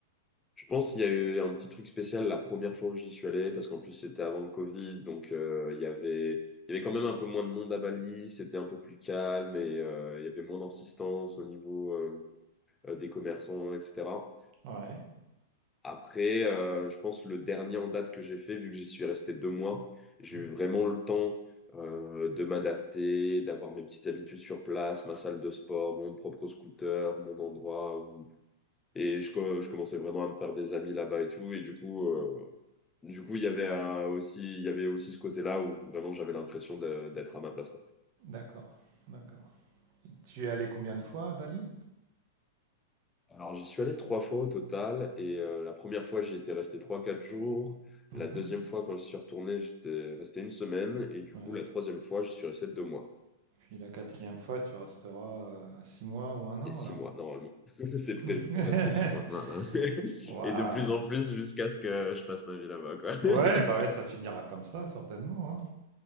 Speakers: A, on the left; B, on the right.
A: je pense qu'il y a eu un petit truc spécial la première fois où j'y suis allé parce qu'en plus c'était avant le Covid, donc euh, il y avait il y avait quand même un peu moins de monde à Bali, c'était un peu plus calme et euh, il y avait moins d'insistance au niveau euh, euh, des commerçants, etc.
B: ouais.
A: Après, euh, je pense le dernier en date que j'ai fait, vu que j'y suis resté deux mois, j'ai
B: Mhm.
A: eu vraiment le temps euh, de m'adapter, d'avoir mes petites habitudes sur place, ma salle de sport, mon propre scooter, mon endroit. Et je, co- je commençais vraiment à me faire des amis là-bas et tout. Et du coup, euh, du coup, il y avait euh, aussi, il y avait aussi ce côté-là où vraiment j'avais l'impression de- d'être à ma place.
B: D'accord, d'accord. Et Tu es allé combien de fois à Bali?
A: Alors, j'y suis allé trois fois au total. Et euh, la première fois, j'y étais resté trois, quatre jours. La
B: Mhm.
A: deuxième fois, quand je suis retourné, j'étais resté une semaine. Et du
B: Ouais.
A: coup, la troisième fois, je suis resté deux mois.
B: Puis la quatrième fois, tu resteras euh, six mois ou un an
A: Et six
B: alors.
A: mois, normalement. <laughs> C'est prévu
B: <laughs>
A: pour rester six mois. Non, non. <laughs>
B: Waouh.
A: Et de plus en plus, jusqu'à ce que je passe ma vie là-bas, quoi. <laughs>
B: Ouais, bah ouais, ça finira comme ça certainement. hein.